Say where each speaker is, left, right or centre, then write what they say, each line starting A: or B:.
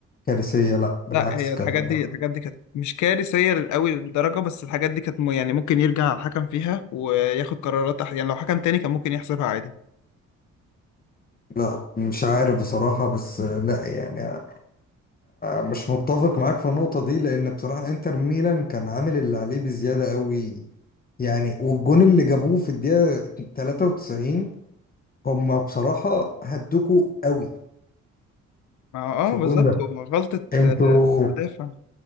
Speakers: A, on the left; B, on the left.
A: كارثية لا بالعكس
B: لا هي
A: كان
B: الحاجات دي الحاجات دي كانت مش كارثية قوي للدرجة بس الحاجات دي كانت م- يعني ممكن يرجع الحكم فيها وياخد قرارات أح- يعني لو حكم تاني كان ممكن يحسبها عادي
A: لا مش عارف بصراحة بس لا يعني مش متفق معاك في النقطة دي لأن بصراحة انتر ميلان كان عامل اللي عليه بزيادة قوي يعني والجون اللي جابوه في الدقيقة 93 هم بصراحة هدوكوا قوي
B: اه
A: في
B: آه،
A: الجون
B: بالظبط
A: ده
B: هو غلطة
A: انتوا
B: آه، المدافع